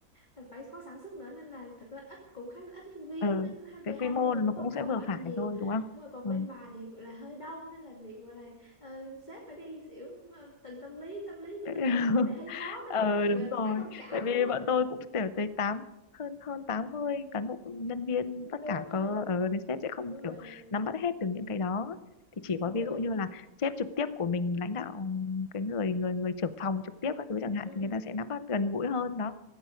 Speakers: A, on the left; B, on the left.
A: là phải có sản xuất nữa nên là thật ra ít cũng khá là ít nhân viên
B: ờ,
A: nên cứ hai-
B: cái
A: về 20
B: quy mô
A: người
B: nó
A: cũng
B: cũng
A: không không
B: sẽ vừa
A: phải
B: phải
A: là nhiều
B: thôi đúng không?
A: đúng rồi còn bên
B: Ừ.
A: bà thì gọi là hơi đông nên là việc mà là ờ, sếp phải đi xỉu ờ, từng tâm lý tâm lý của
B: <laughs>
A: từng nhân viên thì lại hơi khó nên
B: ờ
A: cũng gọi
B: đúng
A: là
B: rồi
A: phải thông cảm
B: tại vì
A: đúng
B: bọn
A: không
B: tôi cũng kiểu tới tám hơn hơn 80 cán bộ nhân viên tất
A: đúng
B: cả
A: rồi
B: có ờ, nên sếp sẽ không
A: đúng
B: kiểu
A: rồi
B: nắm bắt hết được những cái đó thì chỉ có
A: đúng
B: ví
A: rồi
B: dụ như là sếp trực tiếp của mình lãnh đạo cái người người người trưởng phòng trực tiếp các thứ chẳng hạn
A: ừ
B: thì người ta sẽ nắm bắt gần gũi hơn đó